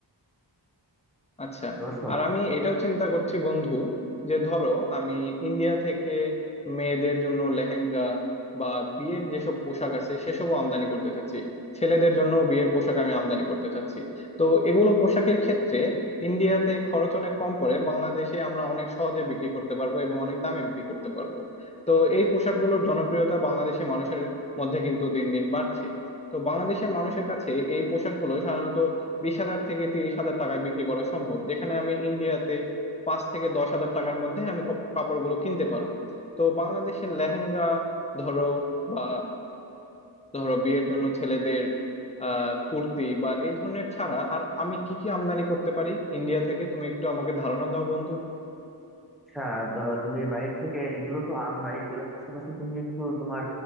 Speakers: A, on the left; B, in the centre.
A: আচ্ছা
B: বুঝতে পারছো
A: আর আমি এটাও চিন্তা করছি বন্ধু যে ধরো আমি ইন্ডিয়া থেকে মেয়েদের জন্য লেহেঙ্গা বা বিয়ের যেসব পোশাক আছে সেসবও আমদানি করতে চাচ্ছি ছেলেদের জন্য বিয়ের পোশাক আমি আমদানি করতে চাচ্ছি তো এগুলো পোশাকের ক্ষেত্রে ইন্ডিয়াতে খরচ অনেক কম পড়ে বাংলাদেশে আমরা অনেক সহজে বিক্রি করতে পারবো এবং অনেক দামে বিক্রি করতে পারবো তো এই পোশাকগুলোর জনপ্রিয়তা বাংলাদেশের মানুষের মধ্যে কিন্তু দিন দিন বাড়ছে তো বাংলাদেশের মানুষের কাছে এই পোশাকগুলো সাধারণত বিশ হাজার থেকে তিরিশ হাজার টাকায় বিক্রি করা সম্ভব যেখানে আমি ইন্ডিয়াতে পাঁচ থেকে দশ হাজার টাকার মধ্যে আমি কপ- কাপড়গুলো কিনতে পারবো তো বাংলাদেশের লেহেঙ্গা ধরো বা ধরো বিয়ের জন্য ছেলেদের আহ কুর্তি বা এই ধরনের ছাড়া আর আমি কি কি আমদানি করতে পারি ইন্ডিয়া থেকে তুমি একটু আমাকে ধারণা দাও বন্ধু
B: আচ্ছা আহ, তুমি বাইরে থেকে এগুলো তো আনবাই এগুলোর পাশাপাশি তুমি একটু তোমার